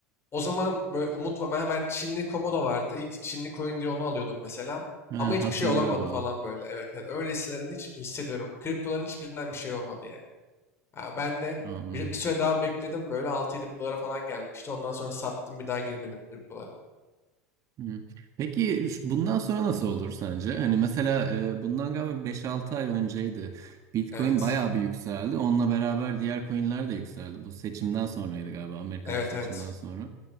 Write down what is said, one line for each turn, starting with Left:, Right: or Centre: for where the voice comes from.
Left: O zaman böyle umut var. Ben hemen Çinli Komodo vardı. İlk Çinli coin diye onu alıyordum mesela.
Right: Ha,
Left: Ama hiçbir
Right: hatırlıyorum
Left: şey olamadı falan
Right: onu.
Left: böyle. Evet evet. Öyle hisselerin hiç hissediyorum. Kriptoların hiçbirinden bir şey olmadı yani. Ha, ben de
Right: Anladım.
Left: bir, bir süre daha bekledim. Böyle 6-7 bin dolara falan gelmişti. Ondan sonra sattım bir daha girmedim kriptolara.
Right: Hı. Peki şu- bundan sonra nasıl olur sence? Hani mesela e, bundan galiba beş-altı ay önceydi. Bitcoin
Left: Evet.
Right: bayağı bir yükseldi. Onunla beraber diğer coinler de yükseldi. Bu seçimden sonraydı galiba Amerika'daki
Left: Evet
Right: seçimden
Left: evet.
Right: sonra.